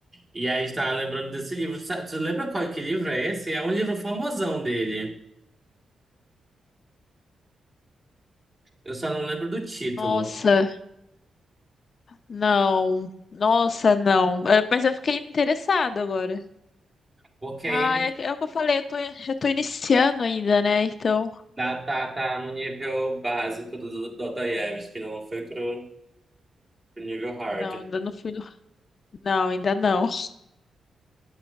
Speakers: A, on the right; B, on the left.
A: E aí a gente tava lembrando desse livro. Sa- Tu lembra qual que livro é esse? É um livro famosão dele. Eu só não lembro do título.
B: Nossa, não. Nossa, não. É, Mas eu fiquei interessada agora.
A: Porque
B: Ah,
A: aí ele
B: é, que- é o que eu falei, eu tô, eu tô iniciando ainda, né? Então,
A: Tá, tá, tá no nível básico do Dostoiévski, que não foi pro, pro nível hard.
B: não, ainda não fui no... Não, ainda não.